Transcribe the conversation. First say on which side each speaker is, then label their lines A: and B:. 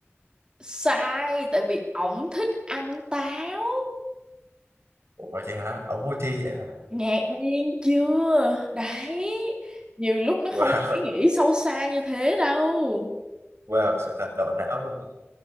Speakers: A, on the right; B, on the right.
A: sai tại vì ổng thích ăn táo
B: Ủa vậy hả? Ông vui thi vậy hả?
A: ngạc nhiên chưa đấy nhiều lúc nó
B: Wow,
A: không có ý nghĩa
B: <laughs>
A: sâu xa như thế đâu
B: wow, sự thật đổ não luôn.